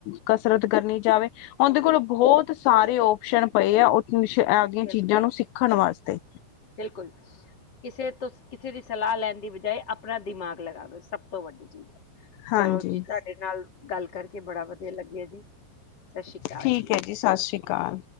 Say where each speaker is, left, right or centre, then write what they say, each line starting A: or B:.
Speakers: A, on the left; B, on the left.
A: ਕਸਰਤ ਕਰਨੀ ਜਾਵੇ, ਉਹਦੇ ਕੋਲ ਬਹੁਤ ਸਾਰੇ ਓਪਸ਼ਨ ਪਏ ਆ ਆਪਦੀਆਂ
B: ਬਿਲਕੁਲ
A: ਚੀਜ਼ਾਂ ਨੂੰ ਸਿੱਖਣ ਵਾਸਤੇ,
B: ਬਿਲਕੁਲ ਕਿਸੇ ਤੋਂ ਕਿਸੇ ਦੀ ਸਲਾਹ ਲੈਣ ਦੀ ਬਜਾਏ ਆਪਣਾ ਦਿਮਾਗ ਲਗਾਵੇ ਸਭ ਤੋਂ ਵੱਡੀ ਚੀਜ਼ ਹੈ।
A: ਹਾਂਜੀ
B: ਚਲੋ ਜੀ ਤੁਹਾਡੇ ਨਾਲ ਗੱਲ ਕਰਕੇ ਬੜਾ ਵਧੀਆ ਲੱਗਿਆ ਜੀ ਸਤਿ ਸ਼੍ਰੀ ਅਕਾਲ
A: ਠੀਕ
B: ਜੀ
A: ਹੈ ਸਤਿ ਸ਼੍ਰੀ ਅਕਾਲ